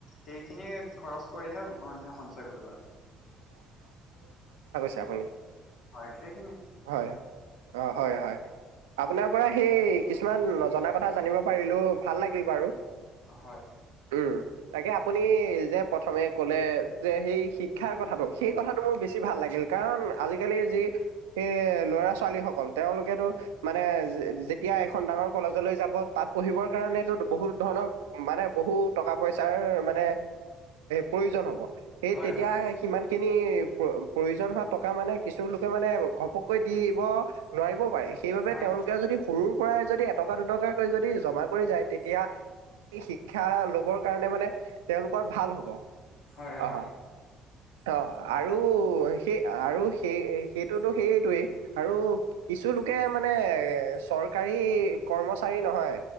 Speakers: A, on the left (about 65°); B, on the right (about 90°).
A: সেইখিনি খৰচ কৰিহে মানুহে সঞ্চয় কৰিব লাগে।
B: যাবলৈ।
A: হয় সেই
B: হয় অ' হয়-হয় আপোনাৰ ত পৰা সেই কিছুমান নজনা কথা জানিব পাৰিলো ভাল লাগিল বাৰু।
A: হয়
B: উম তাকে। আপুনি যে প্ৰথমে ক'লে যে সেই শিক্ষাৰ কথাটো সেই কথাটো মোৰ বেছি ভাল লাগিল কাৰণ। আজিকালি যি সেই ল'ৰা-ছোৱালী সকল তেওঁলোকেতো মানে যেতিয়া এখন ডাঙৰ কলেজলৈ যাব তাত পঢ়িবৰ কাৰনেটো বহুত ধৰণৰ মানে বহু টকা পইচাৰ মানে প্ৰয়োজন হ'ব। সেই
A: হয়
B: তেতিয়া
A: হয়
B: সিমান খিনি প্ৰয়োজন হোৱা টকা মানে কিছু লোকে মানে। ঘপককৈ দি দিব নোৱাৰিবও পাৰে সেইবাবে
A: হয়
B: তেওঁলোকেও যদি সৰু পৰাই যদি এটকা, দুটকাকৈ যদি জমা কৰি যায় তেতিয়া শিক্ষা লবৰ কাৰণে মানে তেওঁলোকৰ ভাল হ'ব।
A: হয়-হয়।
B: অহ অ আৰু সেই আৰু সেই সেইটোতো সেইটোৱেই আৰু কিছু লোকে মানে চৰকাৰী কৰ্মচাৰী নহয়।